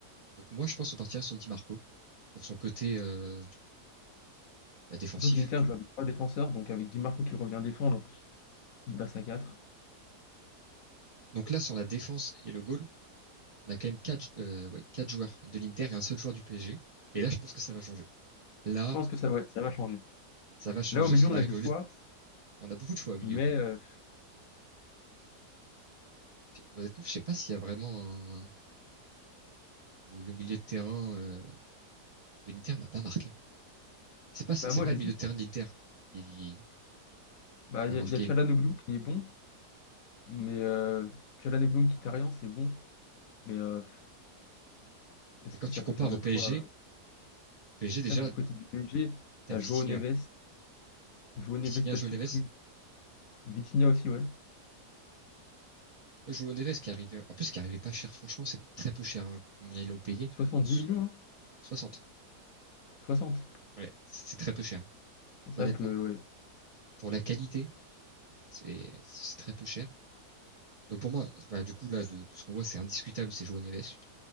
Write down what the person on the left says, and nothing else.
Surtout que l'Inter joue avec trois défenseurs, donc avec Di Marco qui revient défendre, il passe à quatre
Je pense que ça, ouais, ça va changer.
Là, au milieu,
on
a du
choix,
mais euh,
bah, moi,
j'hésite.
Bah,
il
y a, y a Çalhanoğlu qui est bon, mais euh, Çalhanoğlu Mkhitaryan, c'est bon, mais euh, est-ce
que
ça
peut faire le
poids? euh
C'est
vrai que du côté du PSG,
t'as
Joao Neves, Joao Neves,
belle
surprise.
Vitinha aussi, ouais.
soixante
dix millions, hein
60.
C'est vrai
que, ouais,